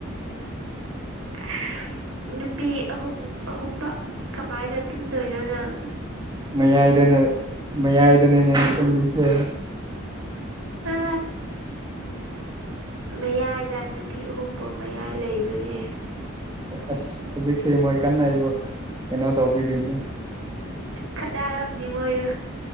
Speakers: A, on the right; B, on the right.
A: <inaudible> ꯅꯨꯄꯤ ꯑꯍꯨꯝ ꯑꯍꯨꯝꯕ ꯀꯃꯥꯏꯅ ꯇꯨꯝꯗꯣꯏꯅꯣꯅꯪ
B: ꯃꯌꯥꯏꯗꯅꯦ ꯃꯌꯥꯏꯗꯅꯦꯅꯦ ꯇꯝꯕꯤꯁꯦ
A: ꯑ ꯃꯌꯥꯏꯗ ꯅꯨꯄꯤ ꯑꯍꯨꯝꯐꯥꯎ ꯃꯌꯥꯏ ꯂꯩꯕꯅꯦ
B: ꯑꯁ ꯍꯧꯖꯤꯛꯁꯦ ꯃꯣꯏ ꯀꯟꯅ ꯑꯩꯕꯨ ꯀꯩꯅꯣ ꯇꯧꯕꯤꯔꯤꯕꯅꯤ
A: ꯈꯠꯅꯔꯝꯅꯤ ꯃꯣꯏꯗꯣ